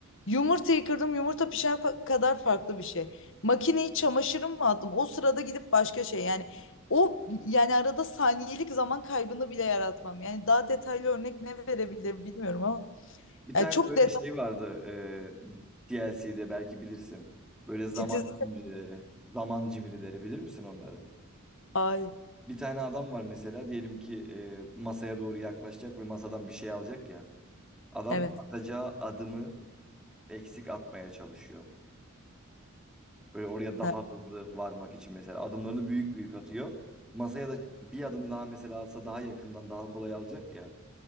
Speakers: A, on the left; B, in the centre.
A: Yumurtayı kırdım, yumurta pişene fa- kadar farklı bir şey. Makineyi çamaşırım mı attım? O sırada gidip başka şey yani o yani arada saniyelik zaman kaybını bile yaratmam. Yani daha detaylı örnek ne verebilirim bilmiyorum ama
B: Bir
A: yani
B: tane
A: çok
B: böyle
A: detay
B: şey vardı e, DLC'de belki bilirsin. Böyle zaman
A: titiz.
B: cimrileri. Zaman cimrileri bilir misin onları?
A: Ay
B: Bir tane adam var mesela diyelim ki e, masaya doğru yaklaşacak ve masadan bir şey alacak ya. Adam
A: evet.
B: atacağı adımı eksik atmaya çalışıyor. Böyle oraya daha
A: Ha,
B: hızlı varmak için mesela adımlarını büyük büyük atıyor. Masaya da bir adım daha mesela atsa daha yakından daha kolay alacak ya.